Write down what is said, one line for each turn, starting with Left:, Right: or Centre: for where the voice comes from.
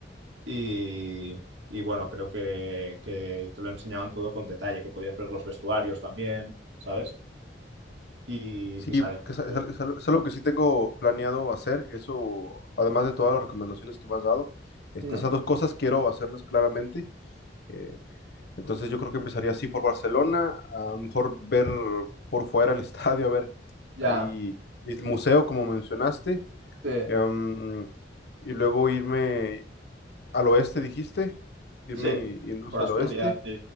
Right: y, y bueno, creo que, que te lo enseñaban todo con detalle, que podías ver los vestuarios también, ¿sabes? Y
Left: Sí,
Right: pisar el
Left: porque
Right: campo.
Left: es, es- es algo es algo que sí tengo planeado hacer, eso, además de todas las recomendaciones que me has dado, este,
Right: Ujú.
Left: esas dos cosas quiero hacerlas claramente. eh, entonces yo creo que empezaría así por Barcelona, a lo mejor ver por fuera el <laughs> estadio, a ver
Right: Ya,
Left: ahí el museo, como mencionaste,
Right: sí,
Left: em, y luego irme al oeste, dijiste, irme
Right: sí,
Left: yendo
Right: por
Left: hacia
Right: Asturias,
Left: el oeste,
Right: sí.